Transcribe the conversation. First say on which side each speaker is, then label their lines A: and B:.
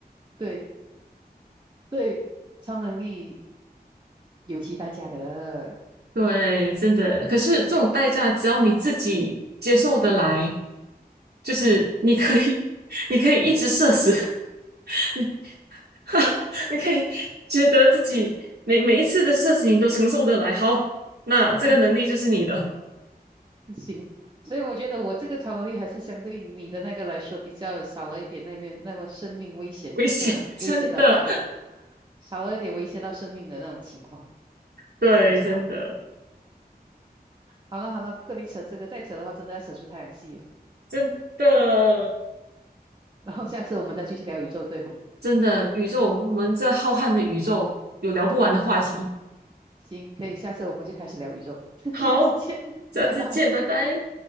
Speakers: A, on the right (about 30°); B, on the right (about 80°).
A: 对。对，超能力有其代价的。
B: 对，真的。可是这种代价，只要你自己接受得来，就是你可以，<laughs> 你可以一直社死，<laughs> 你 <laughs> 你可以觉得自己每每一次的社死你都承受得来，好，那这个能力就是你的。
A: <laughs> 行，所以我觉得我这个超能力还是相对于你的那个来说比较少了一点那面那么生命危险，
B: 危险，
A: 嗯、
B: <laughs> 真的，
A: 威胁到，对，少了一点威胁到生命的那种情况，
B: 对，
A: 还是好的。
B: 真的，
A: 好了好了，不跟你扯这个，再扯的话真的要扯出太阳系了。
B: 真的，
A: 然后下次我们再继续聊宇宙，对吗？
B: 真的，宇宙，我们在浩瀚的宇宙有聊不完的话题。
A: 行，可以，下次我们就开始聊宇宙，<laughs>
B: 好，
A: 下次见，
B: 下次见，
A: 拜拜。
B: 拜拜。